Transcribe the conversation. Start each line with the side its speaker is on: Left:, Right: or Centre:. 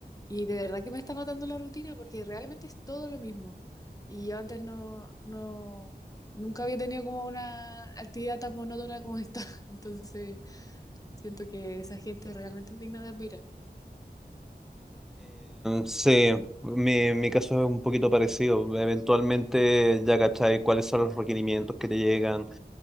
Left: y de verdad que me está matando la rutina porque realmente es todo lo mismo. Y yo antes no, no, nunca había tenido como una actividad tan monótona como esta. <laughs> Entonces siento que esa gente realmente es digna de admirar.
Centre: sí, mi, mi caso es un poquito parecido. Eventualmente ya cachai cuáles son los requerimientos que te llegan.